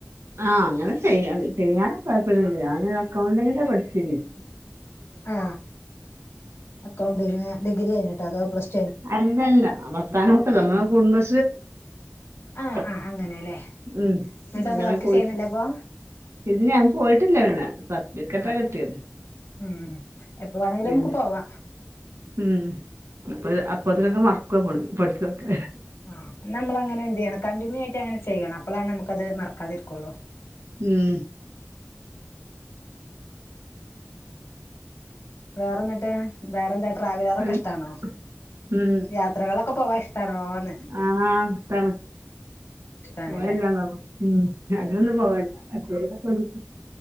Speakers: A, on the right (about 80°); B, on the left (about 75°).
A: ആ അങ്ങനെ ചെയ്യ ചെയ്യാനൊന്നുംതാല്പര്യൊന്നുല്ല. ഞാന് അക്കൗണ്ടിങ്ങിന്റെ പണി ചെയ്യും
B: ആ അക്കൗണ്ടിന്നു സിഗ്നൽ കഴിഞ്ഞിട്ടാ അതാ പ്രശ്നം
A: അല്ലല്ല വർത്തനോട്ട് നമ്മടെ കുടുംബ
B: ആ
A: <unintelligible>
B: ആ അങ്ങനെല്ലേ
A: ഉം
B: എന്നിട്ട്
A: അങ്ങനെ
B: എന്താ വർക്ക്
A: പോയി
B: ചെയ്യണില്ല അപ്പൊ
A: ഇല്ല ഞാൻ പോയിട്ടില്ല പിന്നെ സർട്ടിഫിക്കറ്റാ
B: ആ
A: കിട്ടിയത്
B: ഉം എപ്പ വേണെങ്കിലും
A: പിന്നെ
B: അമക്ക് പോവാ
A: ഉം അപ്പോഴ് അപ്പത്തിനോക്കെ മറ മോള് പോണ് പഠിച്ചതൊക്കെ
B: ആ നമ്മള അങ്ങനെ എന്ത് ചെയ്യണം കണ്ടിന്യൂ ആയിട്ട് അങ്ങന ചെയ്യാണം അപ്പോളാണ് ന നമുക്ക്ത് മറക്കാതിരിക്കോളോ
A: ഉം
B: വേറെന്നട്ട് വേറെന്താ ട്രാവലറൊക്കെ
A: ഉം
B: ഇഷ്ടാണോ
A: അ ഉം
B: യാത്രകളൊക്കെ പോവാൻ ഇഷ്ടാണോന്ന്
A: ആ ഇഷ്ടാണ്
B: ഇഷ്ടാണല്ലേ
A: പോവല്ലനൊള്ളു അങ്ങനൊന്നും പോവല്ല്യ എപ്പോളെങ്കിലൊക്കെ <unintelligible>